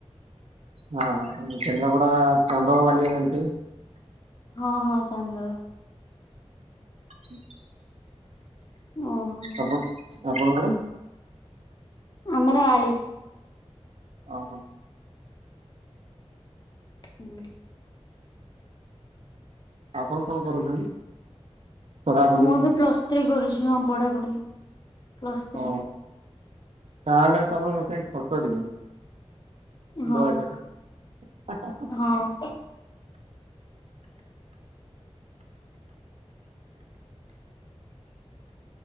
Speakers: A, on the right (about 75°); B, on the left (about 40°).
A: ହଁ କେନ୍ଦ୍ରାପଡା ଚାନ୍ଦଳ ବାଲିଆ ଜଣିଥିବେ।
B: ହଁ ହଁ ଚାନ୍ଦଳ।
A: ହୁଁ।
B: ଓହୋ
A: ଆପଣ ଆପଣଙ୍କର।
B: ଆମର ଆଳି।
A: ଅ ହୋ।
B: ହୁଁ।
A: ଆପଣ କଣ କରୁଛନ୍ତି। ପଢାପଢି
B: ମୁଁ ଏବେ ପ୍ଲସ୍ ଥ୍ରୀ କରୁଛି ହଁ ପଢାପଢି ପ୍ଲସ୍ ଥ୍ରୀ।
A: ଓ ତାହେଲେ ତମେ ମୋ ଚାଇଁ ‌ଛୋଟ ଟିକେ
B: ହଁ।
A: ବହେ ଛୋଟ।
B: ହଁ